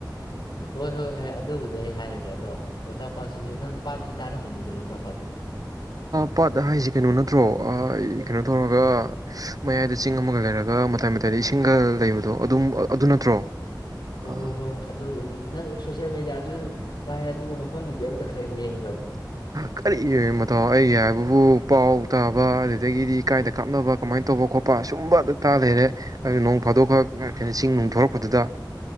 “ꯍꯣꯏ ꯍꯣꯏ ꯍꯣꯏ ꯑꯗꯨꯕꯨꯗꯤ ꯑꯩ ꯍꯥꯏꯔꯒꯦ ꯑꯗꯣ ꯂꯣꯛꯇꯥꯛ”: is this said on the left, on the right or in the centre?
Left